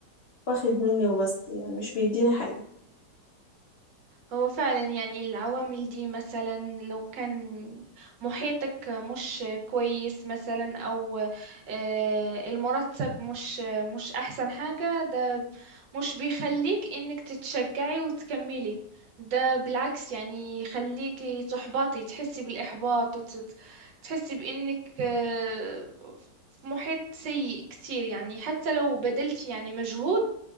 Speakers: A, on the left (about 60°); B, on the right (about 80°).
A: واخد مني وبس يعني مش بيديني حاجة
B: هو فعلا يعني العوامل دي مثلا لو كان محيطك مش كويس مثلا او آه، المرتب مش مش احسن حاجة ده مش بيخليك انك تتشجعي وتكملي ده بالعكس يعني يخليكي تحبطي تحسي بالاحباط وتحسي بانك آه، في محيط سيء كتير يعني حتى لو بذلتي يعني مجهود